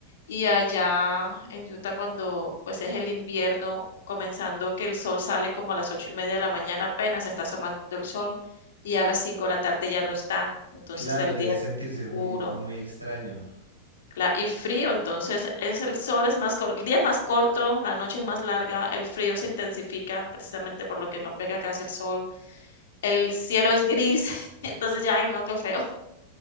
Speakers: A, on the left; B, on the right.
A: Y allá en Utah, cuando pues es el invierno, comenzando que el sol sale como a las ocho y media de la mañana, apenas está asomando el sol, y a las cinco de la tarde ya no está. Entonces
B: Claro,
A: el
B: debe
A: día
B: sentirse
A: es oscuro
B: muy, muy extraño.
A: cla- y frío. Entonces es el sol es más corto, el día es más corto, la noche es más larga, el frío se intensifica precisamente por lo que no pega casi el sol, el cielo es gris, <laughs> entonces ya, ay no, qué feo.